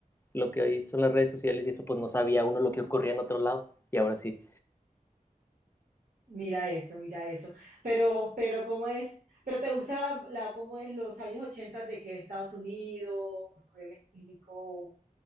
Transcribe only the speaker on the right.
Mira eso, mira eso. Pero, pero ¿cómo es? ¿Pero te gusta la, la- cómo es los años 80 de que Estados Unidos o de México